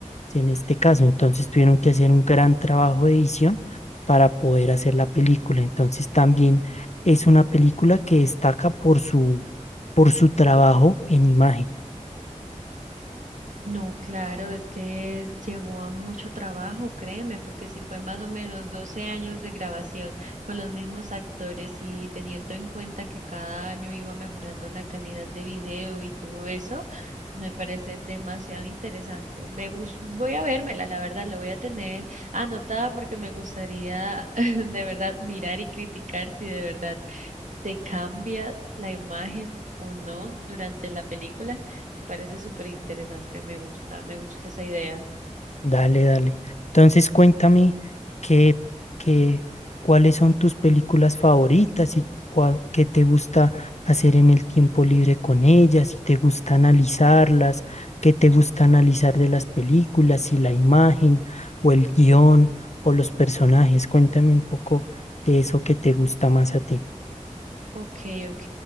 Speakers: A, on the left (about 60°); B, on the right (about 75°).
A: ¿sí? En este caso, entonces tuvieron que hacer un gran trabajo de edición para poder hacer la película. Entonces también es una película que destaca por su, por su trabajo en imagen.
B: No, claro, es que llevó a mucho trabajo, créeme, porque si fue más o menos 12 años de grabación con los mismos actores y teniendo en cuenta que cada año iba mejorando la calidad de video y todo eso, me parece demasiado interesante. Me gus- voy a vérmela, la verdad, la voy a tener anotada porque me gustaría <laughs> de verdad mirar y criticar si de verdad se cambia la imagen o no durante la película. Me parece súper interesante, me gusta, me gusta esa idea.
A: Dale, dale. Entonces cuéntame qué, qué, cuáles son tus películas favoritas y cuál, qué te gusta hacer en el tiempo libre con ellas, si te gusta analizarlas, qué te gusta analizar de las películas, si la imagen o el guión o los personajes. Cuéntame un poco de eso que te gusta más a ti.
B: Ok, ok.